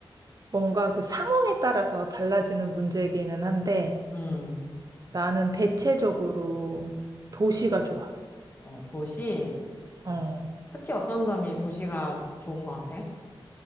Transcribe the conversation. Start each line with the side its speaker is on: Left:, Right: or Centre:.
Right: 뭔가 그 상황에 따라서 달라지는 문제이기는 한데
Left: 음,
Right: 나는 대체적으로 도시가 좋아.
Left: 어, 도시.
Right: 어.
Left: 특히 어떤 점이 도시가 좋은 것 같아?